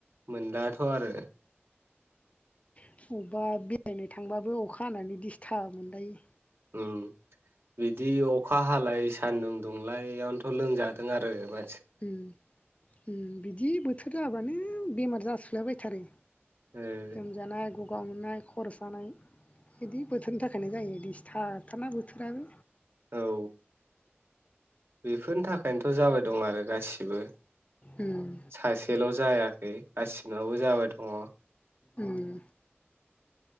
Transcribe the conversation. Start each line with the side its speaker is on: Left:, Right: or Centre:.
Right: मोनलाथ' आरो।
Left: अबेबा बेरायनो थांबाबो अखा हानानै दिसथाब मोनलायो।
Right: उम। बिदि अखा हालाय सा सान्दुं दुंलायावनोथ' लोंजादों आरो मा
Left: उम उम बिदि बोथोर जाबानो बेमार जासुलाायबायथारो।
Right: ओ
Left: जोमजानाय ग ग-गा मोननाय खर' सानाय इदि बोथोरनि थाखायनो जायो दिसथाब थारना बोथोराबो।
Right: औ। बेफोरनि थाखायनोथ' जाबाय दं आरो गासि <inaudible>
Left: उम
Right: सासेल' जाया। <unintelligible> गासिनावबो जाबाय दङ'।
Left: उम